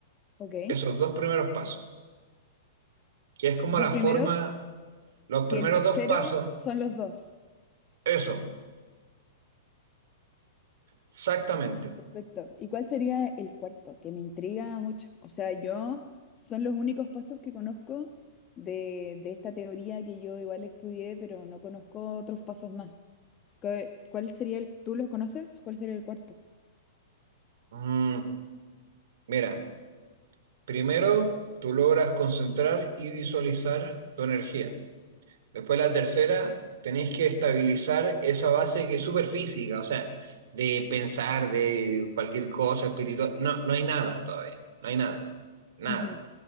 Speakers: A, on the left; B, on the right.
A: ¿ok?
B: esos dos primeros pasos, que es como
A: Dos
B: la
A: primeros,
B: forma, los primeros
A: que el tercero
B: dos pasos,
A: son los dos.
B: eso, exactamente.
A: Perfecto. ¿Y cuál sería el cuarto? Que me intriga mucho. O sea, yo son los únicos pasos que conozco de, de esta teoría que yo igual estudié, pero no conozco otros pasos más. ¿Qué- ¿Cuál sería el, tú los conoces? ¿Cuál sería el cuarto?
B: Mm, mira, primero tú logras concentrar y visualizar tu energía. Después la tercera, tenéis que estabilizar esa base que es súper física, o sea, de pensar, de cualquier cosa espiritual, no, no hay nada todavía, no hay nada, nada.
A: Ujú.